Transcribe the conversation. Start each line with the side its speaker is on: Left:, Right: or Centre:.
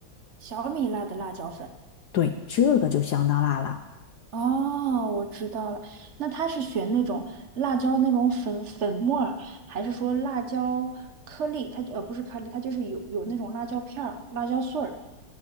Right: 小米辣的辣椒粉。
Left: 对，这个就相当辣了。
Right: 哦，我知道了。那他是选那种辣椒那种粉粉末儿，还是说辣椒颗粒？它呃不是颗粒，它就是有有那种辣椒片儿、辣椒碎儿。